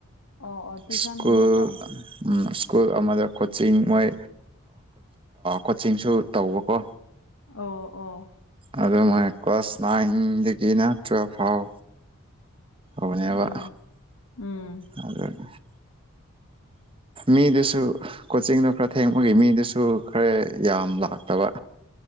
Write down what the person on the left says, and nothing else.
ꯑꯣ ꯑꯣ ꯇ꯭ꯌꯨꯁꯟꯒꯨꯝꯕ
ꯀꯣ
ꯑꯣ ꯑꯣ
ꯎꯝ ꯎꯝ